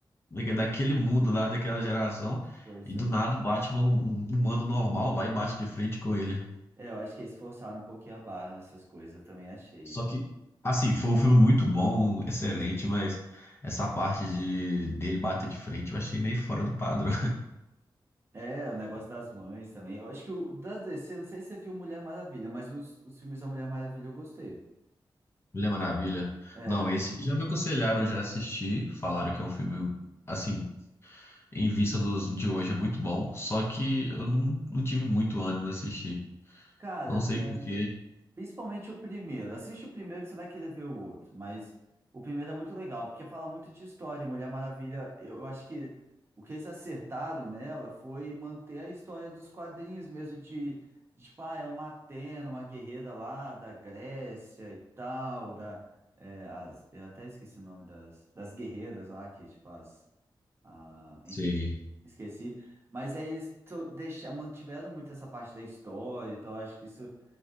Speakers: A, on the left; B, on the right.
A: como é que é? daquele mundo lá, daquela geração.
B: Pois
A: E do
B: é.
A: nada o Batman, um um humano normal, vai e bate de frente com ele.
B: É, eu acho que eles forçaram um pouquinho a barra nessas coisas, eu também achei.
A: Só que, assim, foi um filme muito bom, excelente, mas essa parte de dele bater de frente eu achei meio fora do padrão.
B: É, o negócio das mães também. Eu acho que o das DC, eu não sei se você viu Mulher Maravilha, mas os, os filmes da Mulher Maravilha eu gostei.
A: Mulher Maravilha.
B: É,
A: Não, esse já me aconselharam, já assisti, falaram que é um filme assim, em vista dos de hoje é muito bom, só que eu não, não tive muito ânimo de assistir.
B: Cara,
A: Não sei
B: tenta.
A: por quê.
B: Principalmente o primeiro. Assiste o primeiro que você vai querer ver o outro. Mas o primeiro é muito legal, porque fala muito de história. E Mulher Maravilha, eu eu acho que o que eles acertaram nela foi manter a história dos quadrinhos mesmo, de, de, tipo, ah, é uma Atena, uma guerreira lá da Grécia e tal, da, é, as, eu até esqueci o nome das, das guerreiras lá, que, tipo, as, a,
A: Sim.
B: enfim. Esqueci. Mas aí eles to- deixa, mantiveram muito essa parte da história, então eu acho que isso